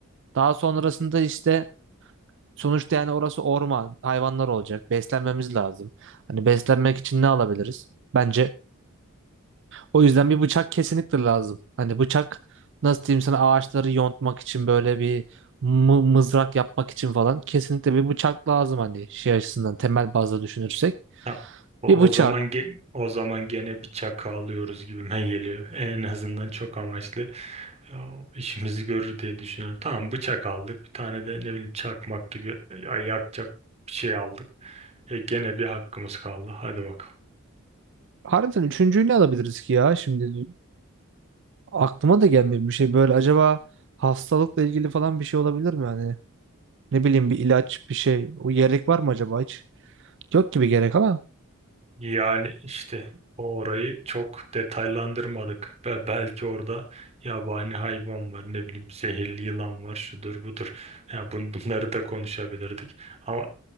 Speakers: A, on the right (about 60°); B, on the right (about 30°).
A: Daha sonrasında işte Sonuçta yani orası orman, hayvanlar olacak. Beslenmemiz lazım. Hani beslenmek için ne alabiliriz? Bence o yüzden bir bıçak kesinlikle lazım. Hani bıçak nasıl diyeyim sana ağaçları yontmak için böyle bir mı- mızrak yapmak için falan kesinlikle bir bıçak lazım hani şey açısından temel bazda düşünürsek.
B: Ha, o
A: Bir bıçak.
B: o zaman ge- o zaman gene bir çakı alıyoruz gibime <laughs> geliyor. En azından çok amaçlı ya, işimizi görür diye düşünüyorum. Tamam bıçak aldık. Bir tane de ne bileyim çakmak gibi ya- yakacak bir şey aldık. E, gene bir hakkımız kaldı. Hadi bakalım.
A: Harbiden üçüncüyü ne alabiliriz ki ya? Şimdi aklıma da gelmiyor bir şey böyle acaba hastalıkla ilgili falan bir şey olabilir mi yani? Ne bileyim bir ilaç bir şey. O gerek var mı acaba hiç? Yok gibi gerek ama.
B: Yani işte orayı çok detaylandırmadık. Ve belki orada yabani hayvan var, ne bileyim zehirli yılan var, şudur budur. Ya bun- bunları da konuşabilirdik. Ama